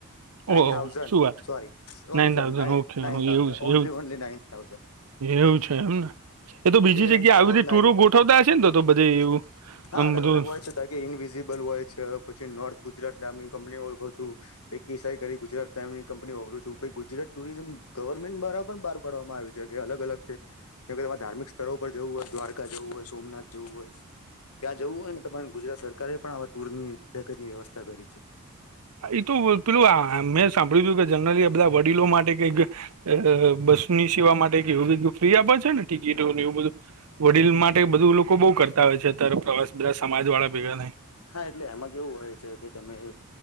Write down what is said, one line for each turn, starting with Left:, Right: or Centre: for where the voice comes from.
Left: નાઈન
Right: ઓહો
Left: થાવઝન
Right: શું વાત
Left: sorry. Sorry,
Right: nine
Left: sorry
Right: thousand
Left: nine
Right: okay એવું
Left: થાવાઝન.
Right: છે
Left: ઓન્લી,
Right: એવું
Left: ઓન્લી નાઈન થાવઝન.
Right: એવું છે એમ ને એ તો બીજી
Left: એન્ડ
Right: જગ્યા આવી
Left: ફોર
Right: બધી ટુરુ
Left: નાઈટ
Right: ગોઠવતા હશે ને તો તો બધે એવું.
Left: હા
Right: આમ
Left: અલગ
Right: બધું
Left: અલગ હોય છે તા કે ઈનવિઝિબલ હોય છે, પછી નોર્થ ગુજરાત નામની કંપનીઓ ઓળખું છું. એક કેસાઈ કરી ગુજરાત નામ ની કંપની ઓરખુ છું ગુજરાત ટુરિઝમ ગવર્મેન્ટ દ્વારા પણ બહાર પાડવામાં આવી છે. જગ્યા અલગ અલગ છે. જેમ કે તમારે ધાર્મિક સ્થળ પર જવું હોય, દ્વારકા જવું હોય, સોમનાથ જવું હોય, ત્યાં જવું હોય ને. તમન ગુજરાત સરકારે પણ આવા ટુરની પેકેજની વ્યવસ્થા કરી છે.
Right: એ તો પેલું આ મેં સાંભળ્યું તું જનરલી બધા વડીલો માટે કઈક. અ અ બસની સેવા માટે કેવું બ ફ્રી આપે છે ને ટિકિટો એવું બધું. વડીલ માટે બધું લોકો બહુ કરતા હોય છે અત્યારે પ્રવાસ બધા સમાજ વાળા ભેગા થઇ ન
Left: હા એટલે એમાં કેવું હોય છે કે તમે